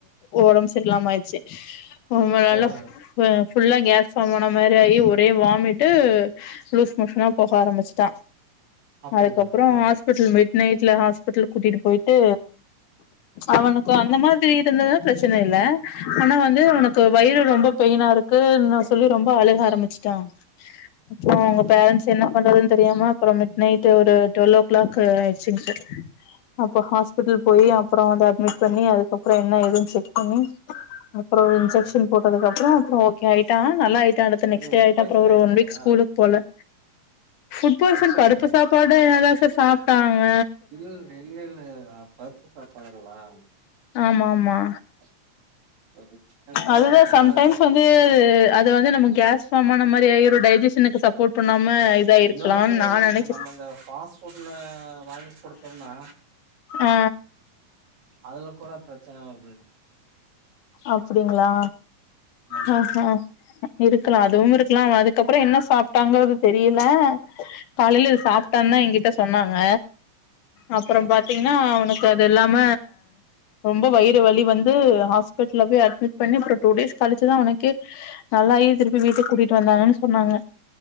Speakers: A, on the left (about 75°); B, on the right (about 75°).
A: ஓடம்பு சரியில்லாம ஆயிச்சு உன் மேலஃப்
B: ஆஹா.
A: ஃபுல்லா கேஸ்ஃபார்மான மாரி ஆயி ஒரே வாமிட்டு லூஸ் மோஷனா போக ஆரம்பிச்சு தா
B: அப்படிங்களா?
A: அதுக்கப்பற
B: அ.
A: ஹாஸ்பிடல் மிட் நைட்ல ஹாஸ்பிடல் கூட்டிட்டு போயிட்டு அவனுக்கு அந்த மாதிரி இருந்ததுன்னு பிரச்சனை இல்ல ஆனா வந்து அவனுக்கு வயிறு ரொம்ப பெயினா இருக்குன் சொல்லி ரொம்ப அழுக ஆரம்பிச்சு ட்டா அப்பற அவங்க
B: ஆஹா.
A: பேரன்ஸ் என்ன பண்றதுன் தெரியாமா அப்ற மிட் நைட் ஒரு டுவெல் ஓ கிளாக் ஆயிடுச்சுங்க சார் அப்போ ஹாஸ்பிட்டல் போய் அப்பற வந்து அட்மிட் பண்ணி அது அப்பற என்ன ஏதுன் செக் பண்ணி அப்பற இன்செக்க்ஷன்
B: ம்.
A: போட்டு அதுக் அப்பற அப்ற ஓகே ஆய்ட்டா நல்லாய்ட்டா அடுத்த நெக்ஸ்ட்
B: இது உட்
A: ஆய்ட்ட
B: பாய்சன்
A: அப்பற ஒரு
B: ஆயிடுச்சுங்களா?
A: ஒன்வீக் ஸ்கூல் போல ஃபுட் பாய்சன்
B: உட்
A: பருப்பு
B: ஆயிடுச்சு.
A: சாப்பாடு அதா சார் சாப்ட்டாங்க
B: இல் இல்ல இல்ல பருப்பு சாப்பாடுங்ளா
A: ஆமா மா
B: <inaudible> எனக்கு
A: அதுவே சம் டைம்ஸ் வந்து து அது வந்து நம்ம கேஸ் ஃபாமான மாரி ஒரு டைஜசனுக்கு சப்போர்ட் பண்ணாம இதா இருக்கலான்னு
B: இன்னொன்னு கூட
A: நா
B: இருக்குங்க
A: நெனைக்கிறே
B: நம்ம இந்த ஃபாஸ்ட் ஃபுட்ல வாங்கி குடுத்தோனா
A: ஆ
B: அதுல கூட பிரச்சன வருதுங்க
A: அப்படிங்ளா
B: ஆமாமா
A: ஹ ஹ இருக்லா அதுவு இருக்லா அதுக்கப்றோ என்ன சாப்ட்டாங்க அது தெரியல காலைல இது சாப்ட்டானா என்கிட்ட சொன்னாங்க அப்புறோ
B: ஆ
A: பாத்தீங்கன்னா அவனுக் க அதுல்லாம ரொம்ப வயிறு வலி வந் து ஹாஸ்பிட்ல போய் அட்மிட் பண்ணி அப்புற டூ டேஸ் கழிச்சி தா அவனுக்கே நல்லாயி திருப்பி வீட்டுக்கு கூட்டிட்டு வந்தாங்கன்னு சொன்னாங்க